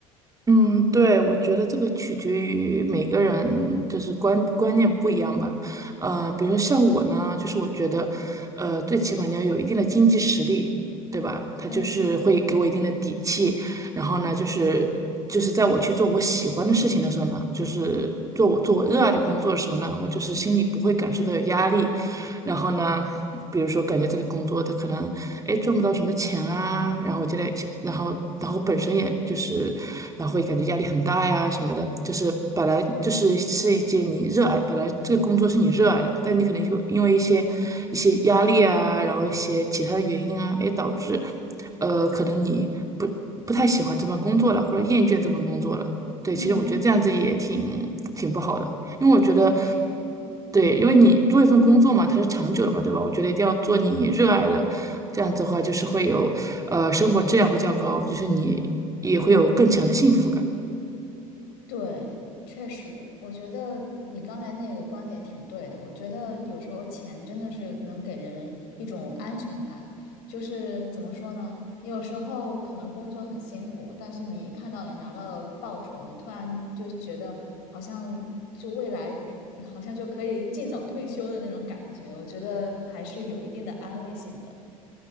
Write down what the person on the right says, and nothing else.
嗯，对，我觉得这个取决于每个人就是观观念不一样吧。呃，比如说像我呢，就是我觉得，呃，最起码你要有一定的经济实力，对吧？他就是会给我一定的底气，
然后呢，就是就是在我去做我喜欢的事情的时候呢，就是做我做我热爱的工作的时候呢，我就是心里不会感受到有压力，然后呢，比如说感觉这个工作他可能哎赚不到什么钱啊，然后我就在想，然后然后本身也就是，然后会感觉压力很大呀什么的，就是本来就是是一件你热爱，本来这个工作是你热爱的，但你可能就因为一些一些压力啊，然后一些其他的原因啊，哎导致，呃，可能你不不太喜欢这份工作了，或者厌倦这份工作了。对，
其实我觉得这样子也挺挺不好的，因为我觉得
对，因为你做一份工作嘛，它是长久的嘛，对吧？我觉得一定要做你热爱的，这样子的话就是会有，呃，生活质量会较高，就是你也会有更强的幸福感。